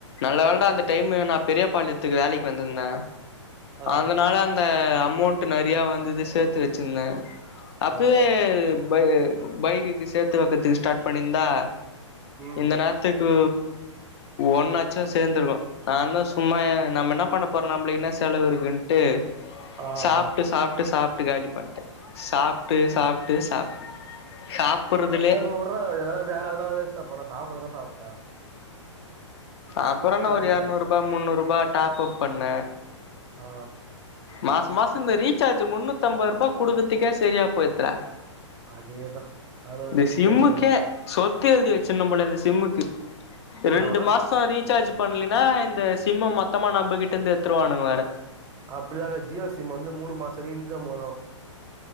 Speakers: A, on the left; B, on the right.
A: நல்ல வேலடா அந்த டைமு நா பெரியபாளையத்துக்கு வேலைக்கு வந்திருந்த
B: ஆ
A: அதனால அந்த அமௌண்ட் நறைய வந்துது சேத்து வச்சிருந்தே அப்பயே
B: ஆ ஆ
A: பை பைக்குக்கு சேத்து வெக்கதுக்கு ஸ்டார்ட் பண்ணிருந்தா
B: ம்
A: இந்த நேரத்துக்கு ஒன்ன லட்ச சேந்துருக்கு நாந்தா சும்மா எ நம்ம என்ன பண்ண போறோ நம்மளுக்கு என்ன செலவிருக்குன்ட்டு
B: ஆ
A: சாப்ட்டு
B: ஆ
A: சாப்ட்டு சாப்ட்டு காலி பண்ட்டே சாப்ட்டு சாப்ட்டு சாப்ட்டு சாப்புறதுலே
B: அதலா இப்ப வுடறா எதனா வேற எதனா வேஸ்டா போனே சாப்டதானே சாப்ட்ட
A: அப்பற என்ன ஒரு
B: ரிதா
A: எரநூறுபா முன்னூறுபா டாப் அப் பண்ண
B: ஆ
A: மாச மாச இந்த ரீசார்ஜ் முன்னூத்தம்பது ருபா குடுக்கறதுக்கே சரியா போயிடுதுடா
B: அதேதா தலவலி
A: இந்த சிம்முக்கே
B: ரீசார்ஜ் மாரி
A: சொத் து எழுதி வச்சிரணு போல இருக்கு இந்த சிம்முக்கு ரெண்டு
B: நா வேணா
A: மாசோ ரீசார்ஜ் பண்லினா இந்த சிம்ம மொத்தமா நம்பகிட்ட இருந்து எடுத்ருவானுக வேற
B: அப்டிலா இல்ல ஜியோ சிம் வந்து மூணு மாசோ வர இன்கம் வரு